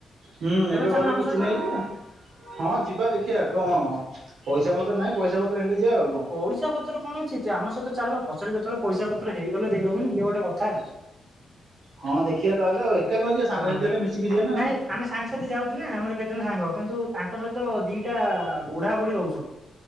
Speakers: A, on the right (about 85°); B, on the right (about 35°).
A: ହୁଁ
B: ତମେ
A: ଏବେ
B: ଚାଲୁନ
A: ଗଲେ
B: ଆମ
A: କିଛି
B: ସହିତ
A: ନାହିଁ ଯେ ହଁ ଯିବା ଦେଖିବା କଣ ପଇସା ପତ୍ର ନାହିଁ ପଇସା ପତ୍ର ହେଲେ ଯିବା ଆଉ କଣ।
B: ପଇସା ପତ୍ର କଣ ଅଛି ଆମ ସହିତ ଚାଲ ପଛରେ କେତେବେଳେ ପଇସା ପତ୍ର ହେଇଗଲେ ଦେଇଦବନି ଇଏ ଗୋଟେ କଥା।
A: ହଁ ଦେଖିବା ତାହେଲେ ଆଉ ଏକା କଣ ଯିବା ସାଙ୍ଗ
B: ହଁ।
A: ସାଥି ହେଲେ ମିଶିକି ଯିବେ ନା
B: ନାଇଁ
A: ଆଉ।
B: ଆମେ ସାଙ୍ଗସାଥି ଯାଉଛୁ ନା ଆମର କେତେଜଣ ସାଙ୍ଗ କିନ୍ତୁ ତାଙ୍କ ସହିତ ଦିଟା ବୁଢା ବୁଢ଼ୀ ରହୁଛନ୍ତି।